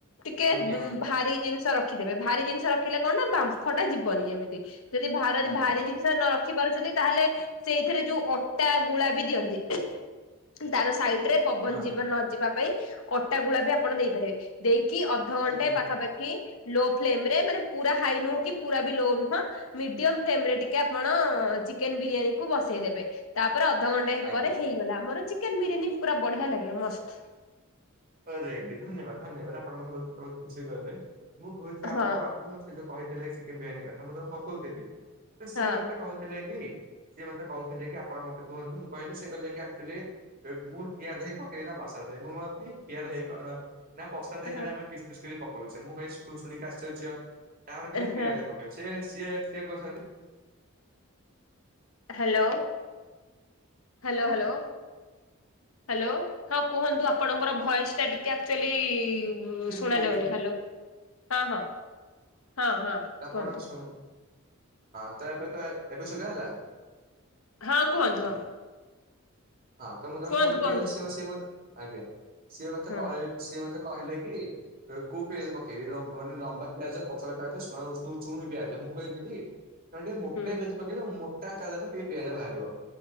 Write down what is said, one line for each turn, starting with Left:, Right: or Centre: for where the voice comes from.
Left: ଟିକେ
Right: ଆଜ୍ଞା
Left: ଭାରି ଜିନିଷ ରଖିଦେବେ ଭାରି ଜିନିଷ ରଖିଲେ କଣ ବାମ୍ଫଟା ଯିବନି ଯେମିତି। ଯଦି ଭାର
Right: ଆଜ୍ଞା
Left: ଭାରି
Right: ଆଜ୍ଞା
Left: ଜିନିଷ ନ ରଖିପାରୁଛନ୍ତି ତାହେଲେ ସେଇଥିରେ ଯୋଉ ଅଟା ଗୁଳା ବି ଦିଅନ୍ତି। ତାର ସାଇ ଇଡରେ ପବନ
Right: ହଁ
Left: ଯିବା ନ ଯିବା ପାଇଁ ଅଟା ଗୁଳା ବି ଆପଣ ଦେଇପାରିବେ ଦେଇ କି ଅଧଘଣ୍ଟେ
Right: ଆଜ୍ଞା
Left: ପାଖାପାଖି ଲୋ ଫ୍ଲେମ ରେ ମାନେ ପୁରା ହାଇ ନୁହଁ କି ପୁରା ବି ଲୋ ନୁହଁ ମିଡିଅମ ଫ୍ଲେମ ରେ ଟିକେ ଆପଣ ଚିକେନ ବିରିୟାନୀ କୁ ବସେଇଦେବେ ତା ତାପରେ ଅଧଘଣ୍ଟେ
Right: ଆଜ୍ଞା
Left: ପରେ ହେଇଗଲା ଆମର ଚିକେନ ବିରିୟାନୀ ପୁରା ବଢିଆ ଲାଗିବ ମସ୍ତ।
Right: ରେଡ୍ଡି ଧନ୍ୟବାଦ ଧନ୍ୟବାଦ ଆପଣ ମାନେ ମୋତେ ବହୁତ ଖୁସି କଲେ ମୁଁ କହୁଛି ଆମକୁ
Left: ହଁ
Right: ଆସିଲେ ମତେ ସେ ଯୋଉ କହିଥିଲେ ଚିକେନ ବିରିୟାନୀ କଥା ମୁଁ ତାଙ୍କୁ ବତଉଥିଲି ତ ସିଏ
Left: ହଁ
Right: ମତେ କହୁଥିଲେ କି ସିଏ ମତେ କହୁଥିଲେ କି ଆପଣ ମତେ କୁହନ୍ତୁ ମୁଁ କହିଲି ସେ କହିଲେ କି ଆକ୍ଚୁଆଲି ମୁଁ ଠିଆ ଦହି ପକେଇବି ନା ବସା <unintelligible> ଠିଆ ଦହି କଣ ନା ବସା ଦହି
Left: ହଁ
Right: ଯୋରା ଆମେ ପିସ୍ ପିସ୍ କରି ପକଉଛେ ମୁଁ ଭାଇ ଶୁଣିକି ଆଶ୍ଚର୍ଯ୍ୟ। ତାପରେ କହିଲି
Left: ହଁ
Right: ପିଆଜ ପକେଇବ ସେ ସିଏ ସିଏ କହୁଛନ୍ତି
Left: ହାଲୋ ହାଲୋ ହାଲୋ ହାଲୋ ହଁ କୁହନ୍ତୁ ଆପଣଙ୍କର ଭଏସ ଟା ଟିକେ ଆକ୍ଚୁଆଲି ଶୁଣା
Right: ମୁଁ କୋଉ
Left: ଯାଉନି ହାଲୋ ହଁ - ହଁ -ହଁ
Right: ତ ଆପଣ
Left: କୁହନ୍ତୁ
Right: ଶୁ ହଁ ତ ଏବେ ତ ଏବେ ଶୁଗାଗଲା?
Left: ହଁ କୁହନ୍ତୁ ହଁ
Right: ହଁ ତ ମୁଁ ତାଙ୍କୁ
Left: କୁହନ୍ତୁ
Right: କହିଲି ପିଆଜ
Left: କୁହନ୍ତୁ
Right: ସିଏ ମତେ ସିଏ ମତେ ଆଜ୍ଞା ସିଏ ମତେ
Left: ହଁ
Right: କଇ ସିଏ ମତେ କହିଲେ କି କୋଉ ପିଆଜ ପକେଇବି ଲୋ ମାନେ ଲମ୍ବା ପିଆଜ ପତଳା ପିଆଜ ଚୁ ଚୁଇଁ ପିଆଜ ମୁଁ କହିଲି କି ତମେ ଟିକେ ମୋଟା
Left: ହୁଁ
Right: ପିଆଜ ପକେଇଲେ ମୋଟା <unintelligible> ଟିକେ ପିଆଜ ବାହାରିବ।